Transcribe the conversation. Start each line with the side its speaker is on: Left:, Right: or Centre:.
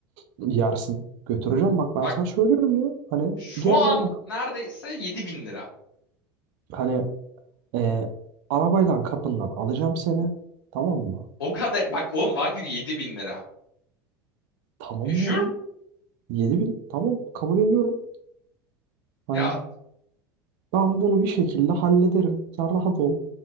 Right: yersin. Götüreceğim bak ben
Left: Bak
Right: sana söylüyorum ya. Hani
Left: şu
Right: geleceğim
Left: an
Right: bak.
Left: neredeyse 7000 lira.
Right: Hani Ee, arabayla kapından alacağım seni. Tamam mı?
Left: O kadar. Bak oğlum Wagyu 7000 lira.
Right: Tamam
Left: You sure?
Right: oğlum. yedi bin Tamam kabul ediyorum. Hani
Left: Ya
Right: ben bunu bir şekilde hallederim. Sen rahat ol.